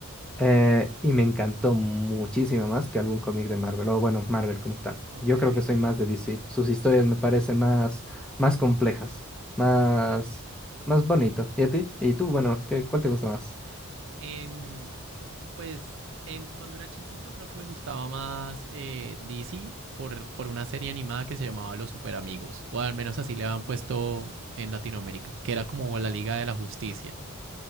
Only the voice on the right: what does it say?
Ok,
ajá,
ok.
Em, pues en, cuando era chiquito creo que me gustaba más eh, DC por, por una serie animada que se llamaba Los Super Amigos, o al menos así le habían puesto en Latinoamérica, que era como la Liga de la Justicia.